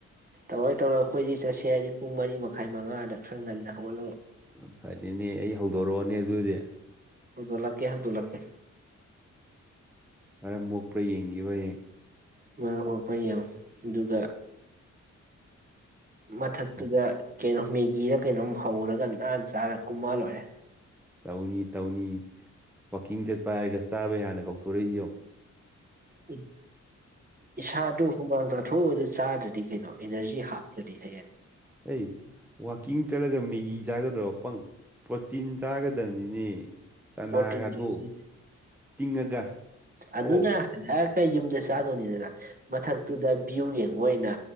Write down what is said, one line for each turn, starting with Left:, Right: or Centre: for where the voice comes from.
Right: ꯇꯧꯔꯣꯏ-ꯇꯧꯔꫭꯏ ꯑꯩꯈꯣꯏꯗꯤ ꯆꯠꯁꯦ ꯍꯥꯏꯔꯗꯤ ꯄꯨꯡ ꯃꯔꯤ ꯃꯈꯥꯏ ꯃꯉꯥꯗ ꯈꯔ ꯉꯟꯅ ꯍꯧꯒꯠꯂꯒ꯫
Centre: ꯎ ꯐꯅꯤꯅꯦ ꯑꯩ ꯍꯧꯗꯣꯔꯛꯑꯣꯅꯦ ꯑꯗꯨꯗꯤ꯫
Right: ꯑꯣꯗꯣꯂꯀꯦ ꯍꯥ ꯇꯣꯂꯥꯛꯀꯦ
Centre: ꯃꯔꯝ ꯃꯣꯛꯄ꯭ꯔꯥ ꯌꯦꯡꯈꯤꯕꯌꯦꯡ
Right: ꯃꯥ ꯃꯄ ꯌꯥ ꯑꯗꯨꯒ ꯃꯊꯛꯇꯨꯗ
Centre: ꯎꯝ
Right: ꯀꯩꯅꯣ ꯃꯦꯒꯤꯗ ꯀꯩꯅꯣꯝ ꯍꯧꯔꯒ ꯅꯥꯟꯅ ꯆꯥꯔꯒ ꯀꯨꯝꯑꯛꯑ ꯂꯣꯏꯔꯦ꯫
Centre: ꯇꯧꯅꯤ-ꯇꯧꯅꯤ ꯋꯥꯛꯀꯤꯡ ꯆꯠꯄ ꯍꯥꯏꯔꯒ ꯆꯥꯕꯒꯤ ꯍꯥꯟꯅ ꯀꯧꯊꯣꯔꯛꯏꯁꯤꯌꯧ꯫
Right: ꯎ ꯏꯁꯥ ꯑꯗꯨ ꯍꯨꯃꯥꯡꯗ꯭ꯔ ꯊꯨ ꯑꯗꯨ ꯆꯥꯗ꯭ꯔꯗꯤ ꯀꯩꯅꯣ ꯏꯅꯔꯖꯤ ꯍꯥꯞꯇ꯭ꯔꯗꯤ ꯍꯌꯦꯡ
Centre: ꯑꯩ ꯋꯥꯛꯀꯤꯡ ꯆꯠꯂꯒ ꯃꯦꯒꯤ ꯆꯥꯒꯗ꯭ꯔꯣ ꯄꯪ ꯄ꯭ꯔꯣꯇꯤꯟ ꯆꯥꯒꯗꯕꯅꯤꯅꯦ꯫ ꯆꯅꯥꯒꯗꯣ
Right: ꯄꯣꯇꯤꯟꯦꯁꯤ
Centre: ꯇꯤꯡꯉꯒ
Right: ꯑꯗꯨꯅ
Centre: ꯀꯣ
Right: ꯍꯥꯏ ꯀ ꯌꯨꯝꯗ ꯆꯥꯗꯣꯏꯅꯤꯗꯅ ꯃꯊꯛꯇꯨꯗ ꯚ꯭ꯌꯨ ꯌꯦꯡꯕ ꯑꯣꯏꯅ